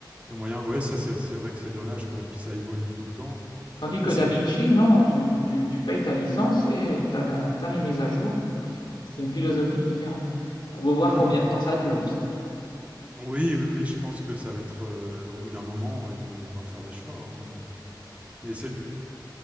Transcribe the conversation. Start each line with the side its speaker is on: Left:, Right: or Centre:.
Right: Le moyen, ouais, ça c'est c'est vrai que c'est dommage quoi. Et puis ça évolue tout le temps.
Left: Tandis
Right: Mais
Left: que
Right: c'est
Left: DaVinci,
Right: le-
Left: non, tu, tu, tu payes ta licence et tu as, les mises à jour. Donc, c'est c'est une philosophie différente. Il faut voir
Right: Mhm.
Left: combien de temps ça dure aussi.
Right: Oui, oui, oui, je pense que ça va être euh, au bout d'un moment, euh, ils vont devoir faire des choix. hein, euh. Mais c'est